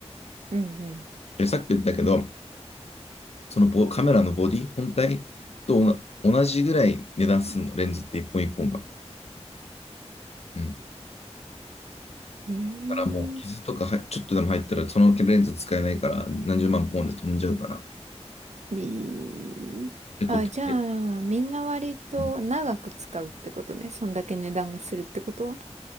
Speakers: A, on the right (about 80°); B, on the left (about 65°).
A: うん、うん。
B: で、さっき言ったけど、そのボカメラのボディ本体とおな同じぐらい値段するの、レンズって一本一本が。うん。
A: え
B: だからもう傷とかはちょっとでも入ったら、そのレンズ使えないから何十万ポンで飛んじゃうから、
A: ー、いいあ、
B: てことで、
A: じゃあ、みんな割と長く使うってことね。
B: うん
A: そんだけ値段がするってことは。